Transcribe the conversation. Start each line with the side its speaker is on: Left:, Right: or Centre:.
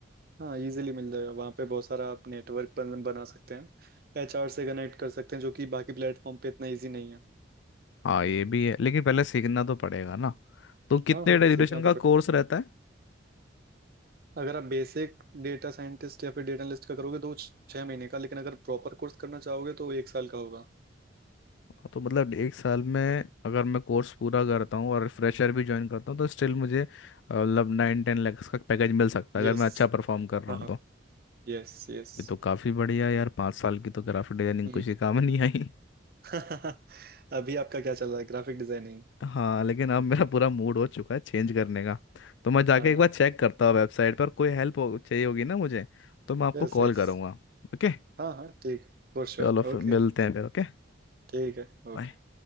Right: हाँ इजीली मिल जाएगा वहाँ पे बहुत सारा आप नेटवर्क बन, बना सकते हैं एचआर से कनेक्ट कर सकते हैं जो कि बाकी प्लेटफॉर्म पे इतना इजी नहीं है
Left: हाँ ये भी है लेकिन पहले सीखना तो पड़ेगा ना तो कितने
Right: हाँ हाँ
Left: ड्यूरेशन
Right: सीखना तो
Left: का
Right: पड़ेगा
Left: कोर्स रहता है
Right: अगर आप बेसिक डेटा साइंटिस्ट या फिर डेटा एनालिस्ट का करोगे तो वो छः महीने का लेकिन अगर प्रॉपर कोर्स करना चाहोगे तो वो एक साल का होगा
Left: हाँ, तो मतलब एक साल में अगर मैं कोर्स पूरा करता हूँ और फ्रेशर भी ज्वाइन करता हूँ तो स्टिल मुझे अ, मतलब नाइन टेन लैक्स का पैकेज मिल सकता है
Right: यस
Left: अगर मैं अच्छा परफॉर्म कर रहा
Right: हाँ
Left: हूँ तो
Right: Yes yes
Left: ये तो काफी बढ़िया यार पाँच साल की तो ग्राफिक डिजाइनिंग
Right: हम्म
Left: कुछ ही काम नहीं आई
Right: <laughs> अभी आपका क्या चल रहा है ग्राफिक डिजाइनिंग
Left: हाँ लेकिन अब मेरा पूरा मूड हो चुका है चेंज करने का तो मैं जाके
Right: हाँ
Left: एक बार चेक करता हूँ वेबसाइट पर कोई हेल्प हो, चाहिए होगी ना मुझे तो मैं आपको
Right: Yes
Left: कॉल
Right: yes
Left: करूँगा ओके
Right: हाँ हाँ ठीक फॉर श्योर
Left: चलो फिर
Right: ओके
Left: मिलते हैं फिर ओके
Right: ठीक है
Left: बाय।
Right: ओके